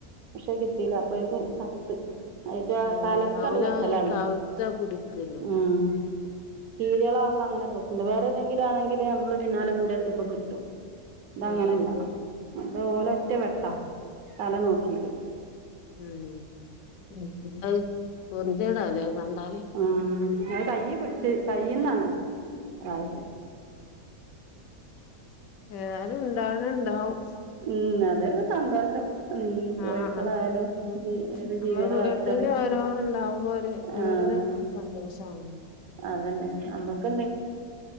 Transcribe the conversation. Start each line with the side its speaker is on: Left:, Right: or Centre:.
Right: പക്ഷേ കിട്ടീല്ല അപ്പേയ്ക്ക് ചത്ത്. അയിറ്റ
Left: ഏഹ്
Right: തലക്കണ്ട്
Left: അവല
Right: വെട്ടലല്ലേ.
Left: കവുത്താ പിടിക്കല്ലോ
Right: ആഹ് കീര്യേളാവുമ്പോ അങ്ങനെ പ്രശ്നണ്ട് വേറെ ഏതെങ്കിലും ആണെങ്കില് നമ്മള് പിന്നാലെ കൂടിയാൽ ചെലപ്പോം കിട്ടും. ഇതങ്ങനെല്ല
Left: ആഹ് അതന്നെ
Right: അതോലൊ ഒറ്റ വെട്ടാ തല നോക്കീട്ട്.
Left: ആഹ് <unintelligible> പൊർത്യേടാലേ കണ്ടാല്.
Right: ആഹാ അത് കയ്യ് പിട്ച്ച് കയ്യ്ന്നാണ് ആയത്
Left: ഏ അത് ഉണ്ടാവണ ഉണ്ടാവും
Right: ഉം അതൊരു സന്തോഷം ഉം കോഴിക്കളായാലും
Left: ആഹ് അതന്നെ നമ്മളെ
Right: ഏത് ജീവികളെ വളർത്താണ്
Left: വീട്ടില് ഓരോ ന്ന്ണ്ടാവുമ്പോ ഒരു വീടിന്
Right: ആഹ്
Left: സന്തോഷാണ്
Right: അതന്നെ നമ്മക്ക്